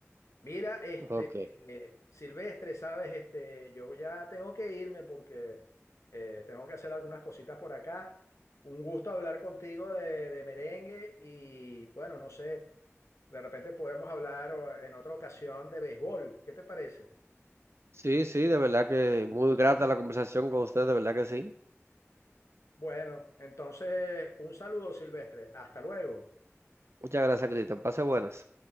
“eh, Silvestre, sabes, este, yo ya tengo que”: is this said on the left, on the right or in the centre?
Left